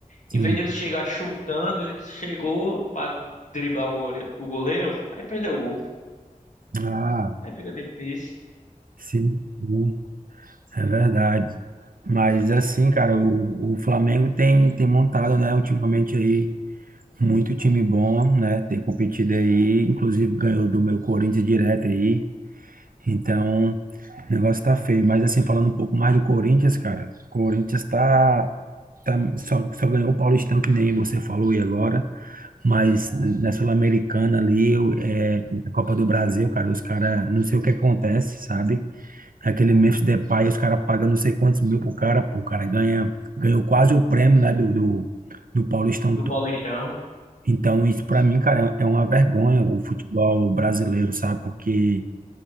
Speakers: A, on the right; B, on the left.
A: sim.
B: Em vez de ele chegar chutando, ele chegou pra driblar o goleiro, o goleiro, aí perdeu o gol.
A: Ah,
B: Aí fica difícil.
A: sim, sim, é verdade. Mas assim, cara, o, o Flamengo tem, tem montado, né, ultimamente aí Muito time bom, né? Tem competido aí, inclusive ganhou do meu Corinthians direto aí. Então, o negócio tá feio. Mas assim, falando um pouco mais do Corinthians, cara, o Corinthians tá, tá só, só ganhou o Paulistão, que nem você falou aí agora. Mas na Sul-Americana ali, eu- é, na Copa do Brasil, cara, os caras, não sei o que acontece, sabe? Aquele Memphis Depay, os caras pagam não sei quantos mil pro cara, pô, o cara ganha, ganhou quase o prêmio, né, do, do, do Paulistão
B: Do Paulistão.
A: então, isso para mim, cara, é é uma vergonha o futebol brasileiro, sabe? Porque